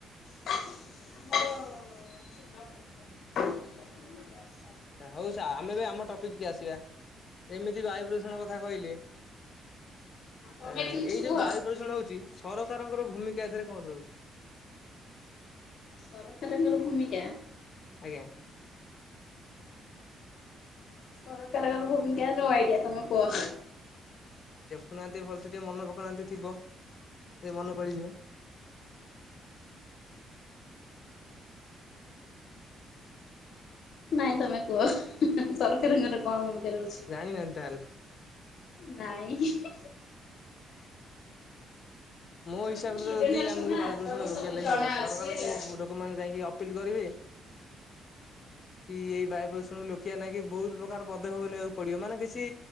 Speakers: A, on the left; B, on the left.
A: ଆମର ଜବ କରୁଛନ୍ତି ଅଛନ୍ତି ଜବ ଛାଡ଼ି <unintelligible>
B: ସା ହଉ ସା ଆମେବି ଆମ ଟପିକି କୁ ଆସିବା ସେମିତି ବାୟୁପ୍ରଦୂଷଣ
A: ହଁ
B: କଥା କହିଲେ।
A: ତମେ
B: ଏ ଏଇ
A: କିଛି କୁହ
B: ଯେଉଁ ବାୟୁ ପ୍ରଦୂଷଣ ହଉଛି ସରକାରଙ୍କର ଭୂମିକା ଏଥିରେ କଣ ରହୁଛି?
A: ସରକାରଙ୍କର ଭୂମିକା?
B: ଆଜ୍ଞା।
A: ସରକାରଙ୍କର ଭୂମିକା ନୋ ଆଇଡିଆ ତମେ କୁହ
B: ଦେଖୁନାହାନ୍ତି ଭଲସେ ଟିକେ ମନ ପକଉନାହାନ୍ତି ଥିବ ଯେ ମନେ ପଡ଼ିଯିବ।
A: ନାଇଁ ତମେ କୁହ ହେଁ ହେଁ ସରକାରଙ୍କର କଣ ଭୂମିକା ରହୁଛି।
B: ଜାଣିନାହାନ୍ତି ତାହେଲେ
A: ନାଇଁ ହିଁଇ ତମେ
B: ମୋ ହିସାବରେ
A: ଷ୍ଟୁଡେଣ୍ଟ
B: ଯଦି
A: ଅଛ
B: ଆମକୁ
A: ନା
B: ବାୟୁପ୍ରଦୂଷଣ
A: ତମକୁ
B: ରୋକିବା
A: ସବୁ
B: ଲାଗି
A: ଜଣା
B: ହବ ସରକାରଙ୍କୁ
A: ଅଛି ହେଲା।
B: ଭୂ ଲୋକମାନେ ଯାଇକି ଅପ୍ ପିଲ କରିବେ କି ବାୟୁ ପ୍ରଦୂଷଣରୁ ଲୋକିବା ଲାଗି ବହୁତ ପ୍ର ତାର ପଦକ୍ଷେପ ନେବାକୁ ପଡିବ ମାନେ କିଛି